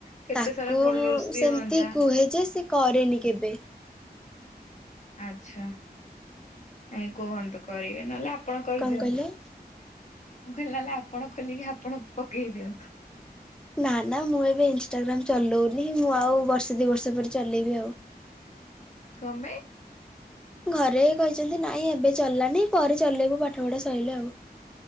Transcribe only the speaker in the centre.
ତାକୁ
ମୁଁ
ସେମିତି
କୁହେ ଯେ ସେ କରେନି କେବେ।
କଣ କହିଲେ?
ନା ନା ମୁଁ ଏବେ ଇନଷ୍ଟାଗ୍ରାମ ଚଲଉନି, ମୁଁ ଆଉ ବର୍ଷେ ଦି ବର୍ଷ ପରେ ଚଲେଇବି ଆଉ।
ଘରେ କହିଛନ୍ତି ନାଇଁ ଏବେ ଚଲାନି ପରେ ଚଲେଇବୁ ପାଠ ପଢା ସଇଲେ ଆଉ।